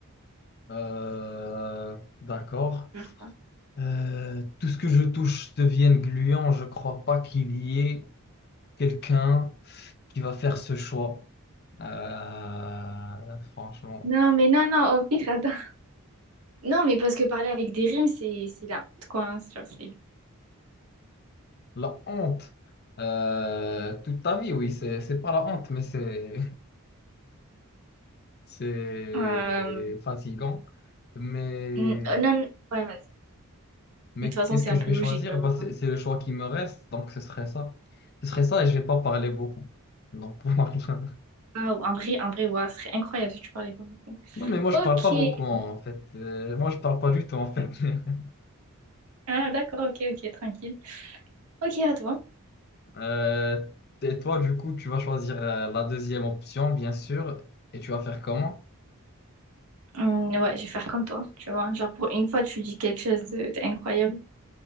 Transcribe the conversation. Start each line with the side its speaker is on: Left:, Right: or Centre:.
Left: Euh, d'accord.
Right: Faire quoi?
Left: Euh, tout ce que je touche devient gluant. Je crois pas qu'il y ait quelqu'un qui va faire ce choix. Euh, franchement,
Right: Non, mais non, non, au pire, attends. Non, mais parce que parler avec des rimes, c'est c'est la honte, quoi. hein. C'est genre, c'est...
Left: la honte. Euh, toute ta vie, oui, c'est, c'est pas la honte, mais c'est, <laughs> c'est
Right: Euh,
Left: fatigant. Mais
Right: n- euh, non, non, ouais, vas-y.
Left: Mais
Right: Mais de toute façon,
Left: qu'est-ce
Right: c'est
Left: que
Right: un
Left: je
Right: peu
Left: vais
Right: logique,
Left: choisir?
Right: j'avoue.
Left: Bah, c'est
Right: hein.
Left: c'est le choix qui me reste, donc ce serait ça. Ce serait ça et je vais pas parler beaucoup. Donc, pour moi, <laughs>
Right: Ah, ou un vrai, un vrai, ouah, ce serait incroyable si tu parlais pas beaucoup.
Left: Non, mais moi, je
Right: Ok,
Left: parle pas
Right: ouais.
Left: beaucoup, hein, en fait. Euh, moi, je parle pas du tout, en fait. <laughs>
Right: Ah, d'accord, ok, ok, tranquille. Ok, à toi.
Left: Euh, et toi, du coup, tu vas choisir euh, la deuxième option, bien sûr. Et tu vas faire comment?
Right: Hum, ouais, je vais faire comme toi, tu vois. Genre, pour une fois, tu dis quelque chose de- d'incroyable.